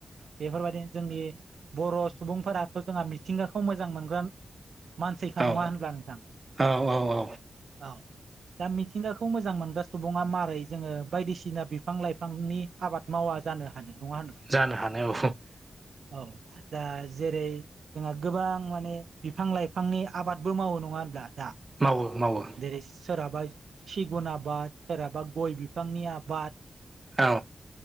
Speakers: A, on the right; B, on the right.
A: बेफोरबायदिनो जोंनि बर' सुबुंफोराथ' जोंहा मिथिंगाखौ मोजां मोनगोन मानसिखा
B: औ
A: नङा होनब्ला नोंथां
B: औ औ औ
A: औ दा मिथिंगाखौ मोजां मोनग्रा सुबुङा मारै जोङो बायदिसिना बिफां-लाइफांनि आबाद माव मावा जानो हानो नङा होनबा
B: जानो हानाय औ
A: औ दा जेरै जोंहा गोबां माने बिफां-लाइफांनि आबादबो मावो नङा होनब्ला दा
B: मावो मावो
A: देरै सोराबा सिगुन आबाद सोरहाबा गय बिफांनि आबाद
B: औ